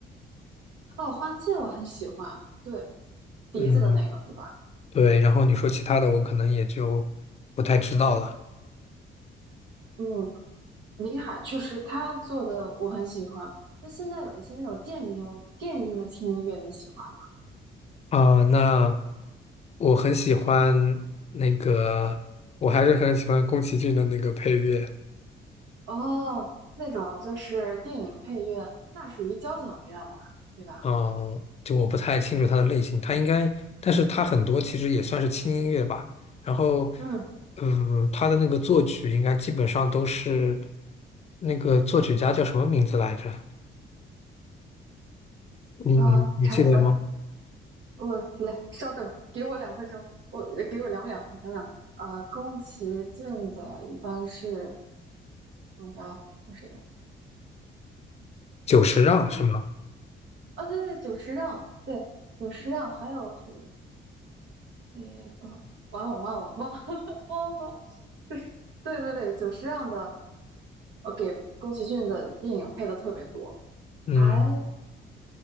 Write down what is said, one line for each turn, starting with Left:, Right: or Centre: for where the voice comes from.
Right: 哦，《花谢》我很喜欢，对，笛子的那个，
Left: 嗯，
Right: 对吧？
Left: 对，然后你说其他的，我可能也就不太知道了。
Right: 嗯，林海确实他做的我很喜欢。那现在有一些那种电音，电音的轻音乐你喜欢吗？
Left: 啊，那我很喜欢那个，我还是很喜欢宫崎骏的那个配乐。
Right: 哦，那种就是电影配乐，那属于交响乐了，对吧？
Left: 嗯，就我不太清楚它的类型，它应该，但是它很多其实也算是轻音乐吧。然后，
Right: 嗯，
Left: 嗯，它的那个作曲应该基本上都是那个作曲家叫什么名字来着？你你你记得吗？
Right: 啊、柴呃，我来稍等，给我两分钟，我给我两秒，我想想，呃，宫崎骏的一般是那个那谁啊
Left: 久石让是吗？
Right: 宫啊，对对，久石让，对，久石让，还有谁？诶，不，完了，我忘了，忘了，<laughs> 忘了，就是对对对，久石让的，呃，给宫崎骏的电影配的特别多，
Left: 嗯，
Right: 还。